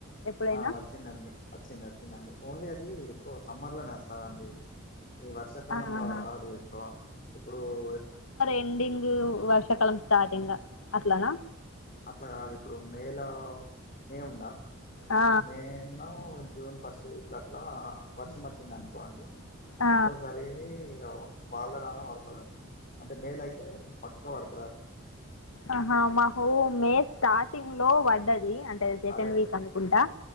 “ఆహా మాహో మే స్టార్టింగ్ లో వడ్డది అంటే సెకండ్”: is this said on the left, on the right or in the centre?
Left